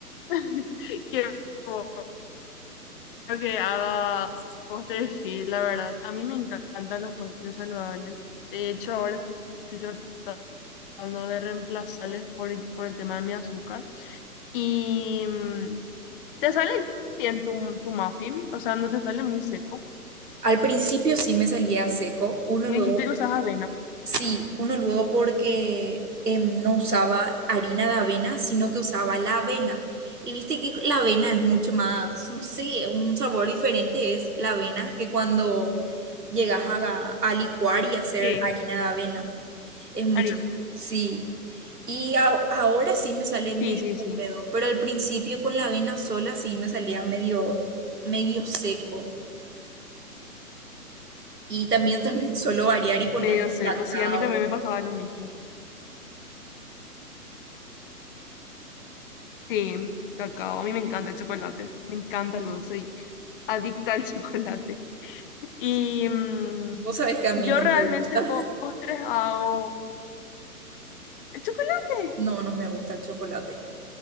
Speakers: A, on the left; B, on the right.
A: <laughs> Qué bueno que hagas postres fit, la verdad. A mí me encantan los postres saludables. De hecho, ahora estoy tratando de reemplazarles por, por el tema de mi azúcar. Y mm, te sale bien tu, tu muffin, o sea, no te sale muy seco.
B: Al principio sí me salía seco, uno
A: Me
B: luego,
A: dijiste que usas avena.
B: sí, uno luego porque em, no usaba harina de avena, sino que usaba la avena. Y viste que la avena es mucho más, no sé, un sabor diferente es la avena que cuando llegas a, a licuar y hacer
A: Sí,
B: harina de avena. Es mucho,
A: Ari-
B: sí. Y a- ahora sí me sale medio
A: Sí, sí,
B: húmedo,
A: sí,
B: pero al principio con la avena sola sí me salía medio, medio seco. Y también, <laughs> también suelo variar y ponerle
A: medio seco.
B: cacao.
A: Sí, a mí también me pasaba lo mismo. Sí, cacao. A mí me encanta el chocolate. Me encanta luego. Soy adicta al <laughs> chocolate. Y mm,
B: Vos sabés que a mí
A: yo
B: no
A: realmente
B: me gusta.
A: postres
B: <laughs>
A: hago. ¿El chocolate?
B: No, no me gusta el chocolate,